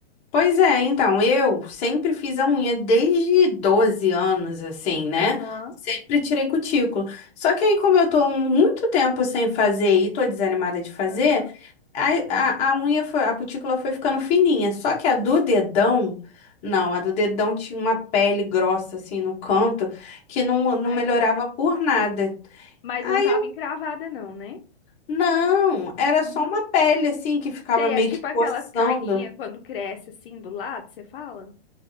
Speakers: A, on the left; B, on the left.
A: Pois é, então, eu sempre fiz a unha desde 12 anos, assim, né?
B: Aham,
A: Sempre tirei cutícula. Só que aí, como eu tô muito tempo sem fazer e tô desanimada de fazer,
B: aham.
A: a, a, a unha foi, a cutícula foi ficando fininha. Só que a do dedão, não, a do dedão tinha uma pele grossa, assim, no canto, que não, não
B: Mas,
A: melhorava por nada.
B: mas
A: Aí,
B: não tava encravada não, né?
A: não, era
B: Uhum.
A: só uma pele, assim, que ficava
B: Sei,
A: meio
B: é tipo
A: que coçando.
B: aquelas carninhas quando cresce assim do lado, você fala?